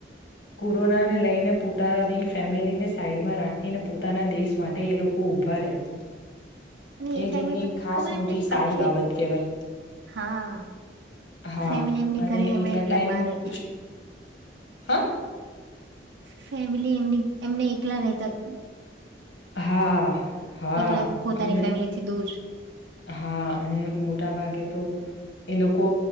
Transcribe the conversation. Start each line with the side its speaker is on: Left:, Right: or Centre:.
Left: કોરોનાને લઈને પોતાની ફેમિલીને સાઈડમાં રાખીને પોતાના દેશ માટે એ લોકો ઉભા રહ્યા
Right: અને એ ટાઈમે
Left: જેમની
Right: તો
Left: ખાસ
Right: ખબર
Left: મોટી
Right: એમને
Left: સારી
Right: આખે
Left: બાબત કહેવાય
Right: હા
Left: હા
Right: ફેમિલી એમની
Left: અને
Right: ઘરે એમણે
Left: એટલા
Right: એકલા
Left: ટાઈમ
Right: બાર રહીયા
Left: પૂછ <unintelligible>
Right: ફેમિલી એમની એમને એકલા રહેતા જ
Left: હા હા
Right: એકલા પોતાની
Left: અને
Right: ફેમિલીથી દૂર
Left: હા અને મોટા ભાગે તો એ લોકો